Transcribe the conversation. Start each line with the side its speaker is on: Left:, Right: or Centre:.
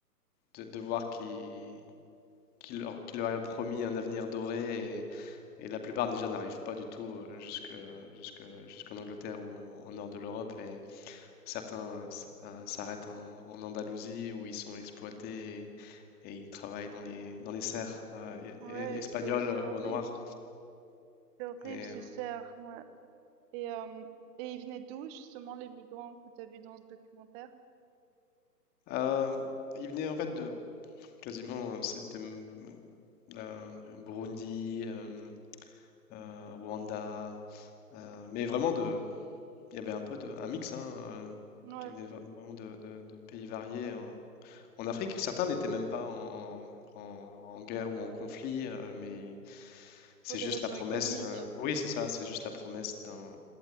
Left: de, de voir qui qui leur, qui leur a promis un avenir doré et, et la plupart déjà n'arrivent pas du tout euh, jusque jusque jusqu'en Angleterre ou au nord de l'Europe Certains s- euh, s'arrêtent en, en Andalousie où ils sont exploités et, et ils travaillent dans les, dans les serres euh,
Right: Ouais,
Left: e- e- espagnoles
Right: c'est c'est
Left: euh,
Right: horrible,
Left: au noir.
Right: c'est horrible,
Left: Et,
Right: c'est
Left: euh,
Right: serre. Ouais. Et euh, et ils venaient d'où justement les migrants que tu as vus dans ce documentaire?
Left: euh, ils venaient en fait de quasiment, euh, c'était m- m- la- Burundi, euh, euh, Rwanda, euh, mais vraiment de, il y avait un peu de, un mix hein, euh,
Right: Ouais,
Left: qui venait vra- vraiment de, de- de pays variés en, en Afrique. Certains n'étaient même pas en, en- en guerre ou en conflit, euh, mais C'est
Right: pour des
Left: juste
Right: raisons
Left: la Mm. promesse.
Right: économiques.
Left: euh, Oui, c'est ça. C'est juste la promesse d'un